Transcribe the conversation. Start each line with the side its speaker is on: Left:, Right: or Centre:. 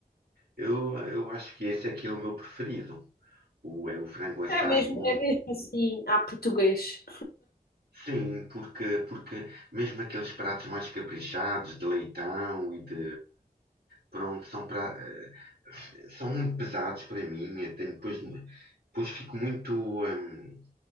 Right: eu, eu acho que esse aqui é o meu preferido. O, é o frango assado
Left: É mesmo,
Right: com,
Left: é mesmo assim, à português.
Right: Sim, porque, porque mesmo aqueles pratos mais caprichados, de leitão e de. Pronto, são, pra, eh, são muito pesados para mim. Eu tenho, depois, depois fico muito. hum,